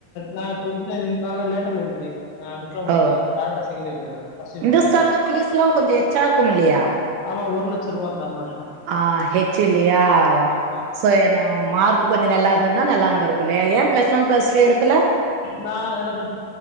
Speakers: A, on the left (about 75°); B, on the right (about 80°).
A: நா இப்போ இன்ஜினியரிங் நால லேட்ரல் என்ட்ரி டிப்ளமோ முடிச்சது
B: ஓ
A: நா டரக்டா செகண்ட் இயர் போயிருவே ஃபர்ஸ்ட் இயர்
B: இந்துஸ்தான்ல ஃபீஸ்ல்லா
A: <unintelligible>
B: கொஞ்சோ எச்சா இருக்கும் இல்லையா
A: ஆமா ஒரு லட்சோ ரூபாக்கா வருஷ்
B: ஆ ஹெச் இல்லையா
A: ஆமா
B: சோ எனா மார்க்கு கொஞ்சோ நல்லா இருந்துந்தா நல்லா இருந்திருக்கில்லயா ஏன் பிளஸ் ஒன் பிளஸ் டூ எடுக்கல
A: நா எனக்கு